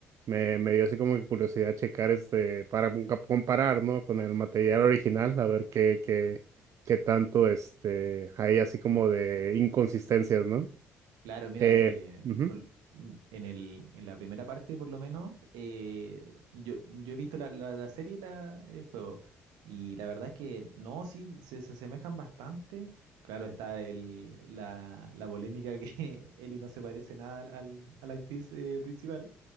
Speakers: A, on the right; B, on the right.
A: me, me dio así como que curiosidad checar este, para compa- comparar, ¿no? Con el material original, a ver qué, qué, qué tanto este, hay así como de inconsistencias, ¿no?
B: Claro, mira,
A: Eh,
B: eh,
A: ujú,
B: por- mm, en el, en la primera parte, por lo menos, eh, yo, yo he visto la, la, la serie y la, el juego, y la verdad es que no, sí, se, se asemejan bastante. Claro, está el, la, la polémica que <laughs> Ellie no se parece nada al, al- a la actriz eh, principal.